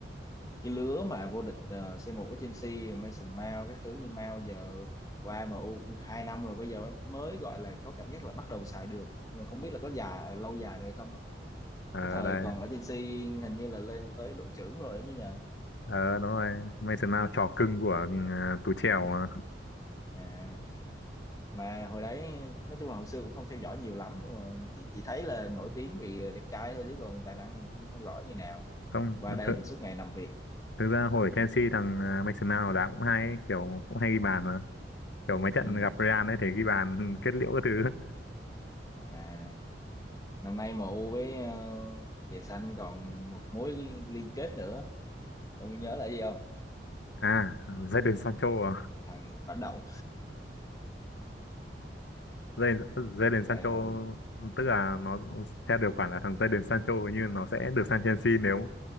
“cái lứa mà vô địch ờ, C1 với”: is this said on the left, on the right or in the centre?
Left